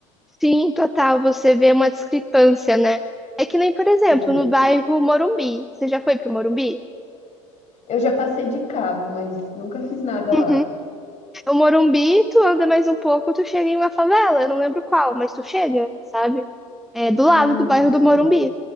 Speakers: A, in the centre; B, on the left.
A: Sim, total, você vê uma discrepância, né? É que nem, por exemplo,
B: Sim,
A: no bairro Morumbi. Você já foi pro Morumbi?
B: eu já passei de carro, mas nunca fiz nada
A: Uhum.
B: lá.
A: o Morumbi, tu anda mais um pouco, tu chega em uma favela, eu não lembro qual, mas tu chega, sabe? É do lado
B: Hum,
A: do bairro
B: sei.
A: do Morumbi.
B: <laughs>